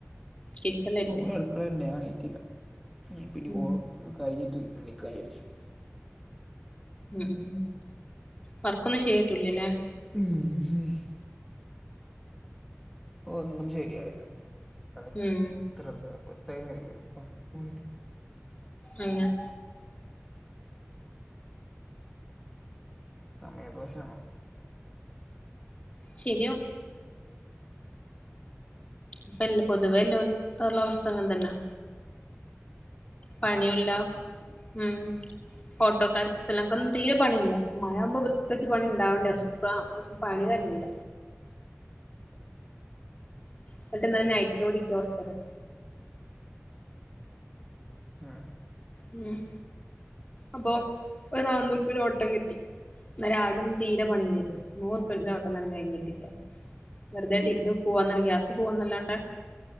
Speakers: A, on the left; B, in the centre.
A: കിച്ചണിലായിരിക്കുല്ലേ
B: ഓൾ അടുക്കളെലാ ഞാൻ എണീറ്റില്ല പിന്നെ
A: ഉം
B: കൊള് കഴിഞ്ഞിട്ട് എണ്ണീക്കാന്ന് വിചരിച്ചു
A: ഉം ഉം വർക്കൊന്നും ശരിയായിട്ടല്ലല്ലേ
B: ഉം ഒന്നും ശരിയായില്ല എത്ര
A: ഉം
B: ദിവസായീന്നറിയുമോ പണിക്ക് പോയിട്ട്
A: അങ്ങനെ
B: സമയദോഷമാണ്
A: ശരിയാകും ഇപ്പെല്ല പൊതുവെ എല്ലാം ഒരുത്തുള്ള അവസ്ഥ അങ്ങനെതന്നാ പണിയുല്ല
B: ആർക്കും പണി
A: ഉം ഓട്ടോക്കാർക്ക് ചിലർക്കൊന്നും തീരെ പണിയില്ല മഴയാകുമ്പോ പ്രത്യേകിച്ച് പണിയുണ്ടാവണ്ടിതാ പണി തന്നെയല്ല എന്നിട്ടന്ന് നൈറ്റ് ഓടിക്കുവാ കൊറച്ച് നേരം
B: ഉം
A: ഉം അപ്പൊ ഒരു നാന്നൂറ് രൂപന്റെ ഓട്ടം കിട്ടി ഇന്ന് രാവിലെ ഒന്നും തീരെ പണിയില്ലായിരുന്നു നൂറുപ്പന്റെ ഓട്ടം തന്നെ തെകഞ്ഞ്കിട്ടില്ല വെറുതെയിട്ട്
B: ഉം
A: ഇത് പോവാന്നല്ല ഗ്യാസ് പോവാന്നല്ലാണ്ട്